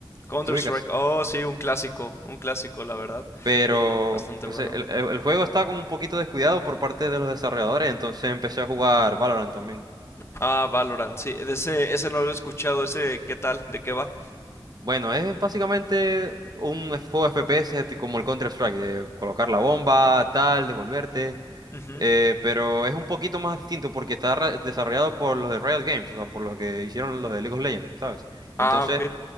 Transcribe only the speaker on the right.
¿te ubicas?
Pero
pues,
el, el- el juego está como un poquito descuidado por parte de los desarrolladores, entonces empecé a jugar Valorant también.
Bueno, es básicamente un juego FPS ti- como el Counter-Strike, de colocar la bomba, tal, devolverte,
eh, pero es un poquito más distinto porque está ra- desarrollado por los de Riot Games, o sea, por los que hicieron los de League of Legends, ¿sabes?
Entonces